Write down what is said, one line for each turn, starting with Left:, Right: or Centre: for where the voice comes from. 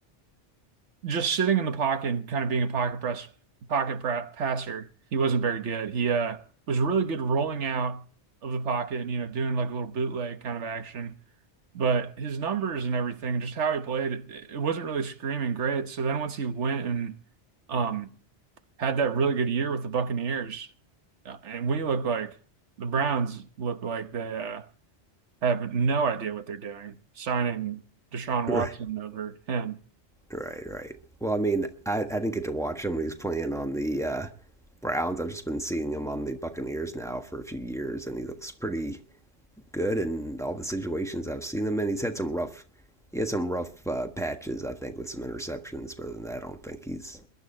Right: just sitting in the pocket and kind of being a pocket press, pocket pra- passer, he wasn't very good. He uh, was really good rolling out of the pocket and, you know, doing like a little bootleg kind of action. But his numbers and everything, and just how he played, it, it wasn't really screaming great. So then once he went and um, had that really good year with the Buccaneers, uh, and we look like the Browns look like they uh, have no idea what they're doing, signing Deshaun
Centre: Right,
Right: Watson over him.
Centre: right, right. Well, I mean, I, I didn't get to watch him when he was playing on the uh, Browns. I've just been seeing him on the Buccaneers now for a few years, and he looks pretty good in all the situations I've seen him in. He's had some rough, he had some rough uh, patches, I think, with some interceptions. But other than that, I don't think he's